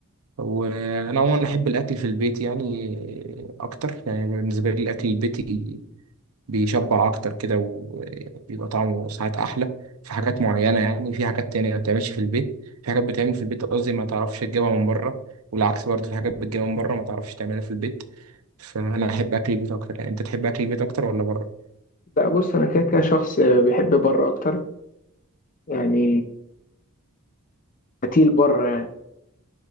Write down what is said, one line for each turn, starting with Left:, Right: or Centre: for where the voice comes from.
Right: وأنا عموما أحب الأكل في البيت يعني أكتر يعني بالنسبة لي الأكل البيتي بيشبع اكتر كده وبيبقى طعمه ساعات احلى في حاجات معينه يعني في حاجات تانية ما بتعملش في البيت في حاجات بتعمل في البيت قصدي ما تعرفش تجيبها من بره والعكس برضه في حاجات بتجيبها من بره ما تعرفش تعملها في البيت فانا احب اكل البيت اكتر يعني انت تحب اكل البيت اكتر ولا بره
Left: لا بص انا كده كده شخص بيحب بره اكتر يعني قتيل بره يعني